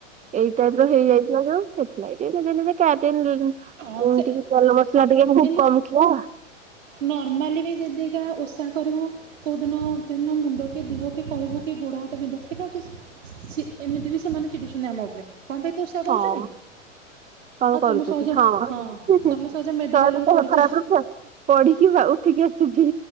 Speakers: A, on the right; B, on the right.
A: ଏଇ ଟାଇପର ହେଇଯାଇଥିଲା ଯୋଉ ସେଥିଲାଗି ଏ ନିଜେ ନିଜେ କ୍ୟାରଟେ <unintelligible> ଏ
B: ହଁ ସେ
A: ଟିକେ ତେଲ ମସଲା ଟିକେ ଖୁବ
B: ଏମିତି
A: କମ ଥିଲା।
B: ନର୍ମାଲି ବି ଯଦି ଏଇଖା ଓଷା କରିବୁ। କଉଦିନ ଦିନ ମୁଣ୍ଡ କି ଦିହ କି କହିବୁ କି ଗୁଡ଼, ହାତ ବିନ୍ଧା ଛିଟିକା ହଉଛି। ସି ଏମିତି ବି ସେମାନେ ଚିଡ଼ୁଛନ୍ତି ଆମ ଉପରେ। କଣ ପାଇଁ ଏତେ ଓଷା
A: ହଁ
B: କରୁଚୁ କି?
A: କଣ
B: ଆଉ
A: କରୁଚୁ
B: ତମେ ସହଜେ
A: କି ହଁ ହୁଁ ହୁଁ ସହଜ
B: ତମେ ସହଜେ ମେଡିକାଲରେ
A: ଦେହ
B: ପଡିଛ
A: ଖରାପରୁ <unintelligible> ପଡିକି ବା ଉଠିକି ଆସିଚି।